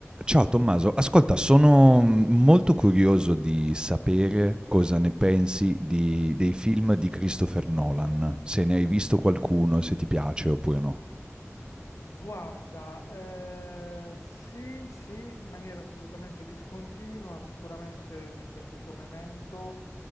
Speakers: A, on the right; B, on the left.
A: Ciao Tommaso, ascolta, sono mm, molto curioso di sapere cosa ne pensi di-
B: Sì,
A: dei film di Christopher Nolan, se ne hai visto qualcuno, se ti piace oppure no.
B: guarda, ehm, sì, sì, in maniera assolutamente discontinua, sicuramente mi è piaciuto Memento,